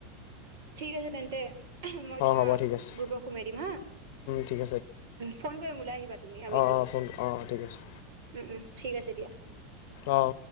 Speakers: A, on the right (about 55°); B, on the left (about 50°).
A: ঠিক আছে তেন্তে মই
B: অঁ
A: তোমাক
B: হ'ব ঠিক আছে
A: গ্ৰুপত সোমাই দিম হা
B: ঠিক
A: ফোন কৰিম ওলাই আহিবা তুমি আবেলি।
B: অ ফোন অ ঠিক আছে।
A: উম উম ঠিক আছে দিয়া।
B: আহ